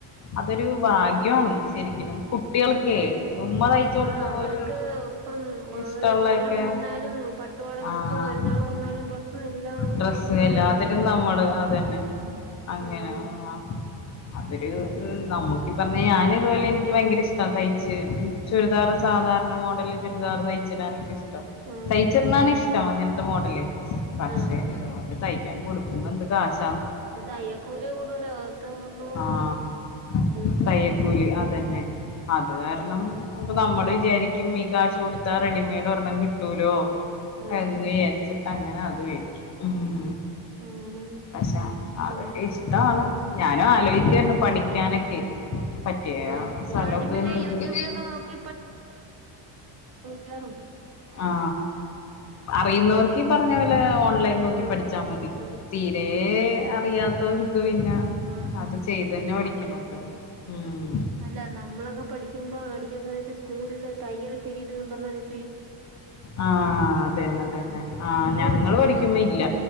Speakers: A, on the left; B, on the right.
A: അതൊരു ഭാഗ്യമാണ് ശരിക്കിനും കുട്ടികൾക്കേ ഉമ്മ തയ്ച്ചു കൊടുക്കുമ്പോ
B: ആ അവർക്ക്
A: ഒരു
B: ഇപ്പം ഒരു
A: ഇഷ്ടമുള്ളൊക്കെ
B: ഓണം വന്നാലും പട്ടുപാവാട ഉടുപ്പ്
A: ആഹ്
B: പെരുന്നാൾ വന്നാലും ഡ്രസ്സ് എല്ലാം
A: ഡ്രസ്സ്
B: വേണം
A: എല്ലാത്തിരും
B: പറഞ്ഞ്
A: നമ്മള് അതന്നെ
B: ഉം
A: അങ്ങനെ
B: ആഹ്
A: ഓ അവര് നമുക്കി പർഞ്ഞെ ഞാനിതോലെ എനിക്ക് ഭയങ്കര ഇഷ്ട തയ്ച്ച് ചുരിദാർ സാധാരണ മോഡല ചുരിദാർ തയ്ച്ചിടാനൊക്കെ ഷ്ട്ടം
B: ഉം
A: തയ്ച്ചിട്ണാണ് ഇഷ്ടം അങ്ങൻ മോഡല് പക്ഷെ
B: ആഹ് ആഹ്
A: ഇതുപോലെ തയ്ക്കാൻ കൊടുക്കുമ്പോ ന്ത ഗാസ്
B: തയ്യക്കൂലി കൂടുലോ പത്ത് മുന്നൂറ്
A: ആഹ്
B: രൂപൊക്കെ
A: തയ്യക്കൂലി
B: <unintelligible>
A: അതന്നെ അത് കാരണം ഇപ്പ നമ്മള് വിചാരിക്കും ഈ കാശ് കൊടുത്താ റെഡിമെയ്ഡ് ഒരെണ്ണം കിട്ടൂലോ
B: ആഹ്
A: എന്ന് ചാരിച് അങ്ങനെ അ ത് മേടിക്കും മ്
B: അങ്ങനെയാണ്
A: പക്ഷെ
B: പിന്നെ
A: അതൊക്കെ ഇഷ്ടമാണ് ഞാനും ആലോയിക്കേർന്നു
B: ഉം
A: പഠിക്കാനൊക്കെ പറ്റിയ
B: ആഹ്
A: സ്ഥലൊക്കെ
B: ഞാനും പിന്നെ
A: ണ്ടെങ്കില്
B: യൂട്യൂബിലൊക്കെ നോക്കി ചെയ്യാറുണ്ട്
A: ആ അറിയുന്നവർക്ക് ഈ പറഞ്ഞപോലെ ക്ക് ഓൺലൈൻ നോക്കി
B: ആഹ്
A: പഠിച്ചാ മതി
B: പഠിച്ച്
A: തീരെ
B: എടുക്ക
A: അറിയാത്തോര് ര്ക്ക് പിന്നെ
B: ആഹ്
A: അത് ചെയ്ത് തന്നെ
B: പാടാ
A: പഠിക്കണല്ലോ മ്
B: അല്ല നമ്മളൊക്കെ പഠിക്കുമ്പോ പഠിക്കുന്ന സമയത്ത് സ്കൂളില് തയ്യൽ പിരീഡന്നും പറഞ്ഞ ഒര്ത്
A: ആ അതന്നെ അതന്നെ ആ
B: അത്
A: ഞങ്ങൾ
B: പഠിച്ചിട്ടുണ്ടോ
A: പഠിക്കുമ്പോ ഇല്ല